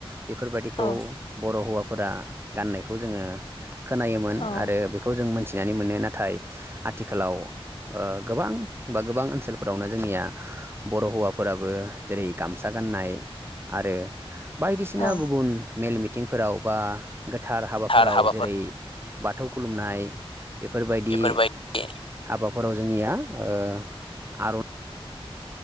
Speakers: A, on the right; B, on the left.
A: बेफोरबायदिखौ
B: औ
A: बर' हौवाफोरा गाननायखौ जोङो खोनायोमोन
B: औ
A: आरो बेखौ जों मोनथिनानै मोनो नाथाय आथिखालाव ओ गोबां बा गोबां ओनसोलफोरावनो जोंनिया ब'र हौवाफोराबो जेरै गामसा गाननाय आरो बायदिसिना
B: औ
A: गुबुन मेल मिथिंफोराव बा गोथार हाबाफोराव
B: थार हाबाफोर
A: जेरै बाथौ खुलुमनाय बेफोरबायदि
B: बेफोरबायदि
A: हाबाफोराव जोंनिया ओ आर